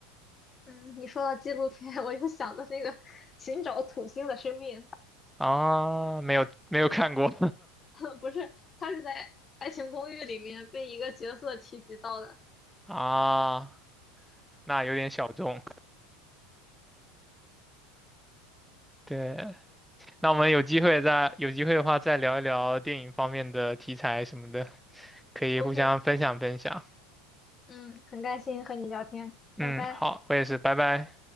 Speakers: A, on the left; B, in the centre.
A: 嗯，你说到纪录片，<laughs> 我就想到那个寻找土星的生命，
B: 啊。没有没有看过
A: <laughs> 不是，他是在《爱情公寓》里面被一个角色提及到的。
B: <laughs> 啊，那有点小众。对，那我们有机会再有机会的话再聊一聊电影方面的题材什么的，可以互相分享分享。
A: OK，嗯，很开心和你聊天，
B: 嗯，
A: 拜拜。
B: 好，我也是，拜拜。